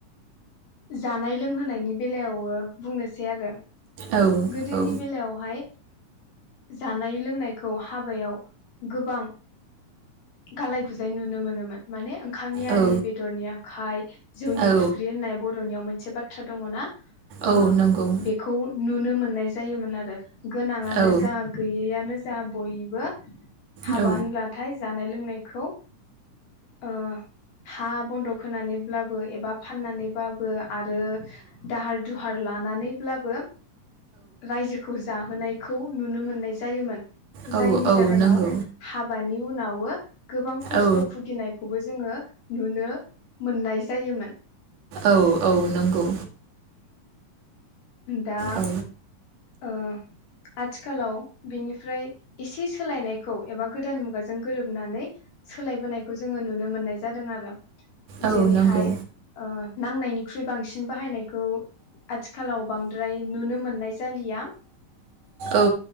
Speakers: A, on the left; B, on the right.
A: जानाय लोंहोनायनि बेलायावबो बुंनोसै आरो।
B: औ
A: गोदोनि
B: औ
A: बेलायावहाय। जानाय लोंनायखौ हाबायाव गोबां गालाय गुजाय नुनो मोनोमोन माने ओंखामनि आलि
B: औ
A: बेदरनि आखाइ नि
B: औ
A: फुख्रि होननाय बर'नियाव मोनसे बाथ्रा दङ ना? ओ
B: औ नंगौ
A: बेखौ नुनो मोननाय जायोमोन आरो। गोनाङानो
B: औ
A: जा गैयैआनो जा बयबो हाबा
B: औ
A: होनब्लाथाय जानाय लोंनाय खौ ओ हा बन्दक होनानैब्लाबो एबा फाननानैबाबो। आरो दाहार दु हार लानानैब्लाबो रायजोखौ जाहोनाय। खौ नुनो मोननाय जायोमोन।
B: औ
A: जायनि
B: औ
A: जाहोनाव
B: नंगौ
A: हाबानि नि उनावो गोबां खस्थ'
B: औ
A: भुगिनायखौबो जों जोङो नुनो मोननाय जायोमोन।
B: औ औ नंगौ।
A: दा
B: औ
A: ओ आथिखालाव बिनिफ्राय एसे सोलायनायखौ एबा गोदान मुगाजों गोरोबनानै सोलायबोनायखौ जोङो नुनो मोननाय जादों आरो।
B: औ
A: जेरैहाय
B: नंगौ
A: ओ नांनायनिख्रुइ बांसिन बाहायनाय खौ आथिखालाव बांद्राय नुनो मोननाय जालिया।
B: औ